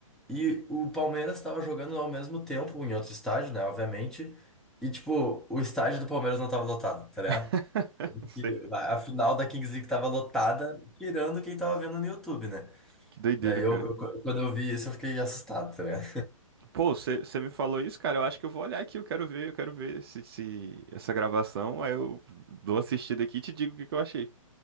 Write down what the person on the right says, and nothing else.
<laughs>
Sei.
Que doideira,
cara.
Pô, você me falou isso, cara, eu acho que eu vou olhar aqui, eu quero ver, eu quero ver se, se essa gravação, aí eu dou uma assistida aqui e te digo o que que eu achei.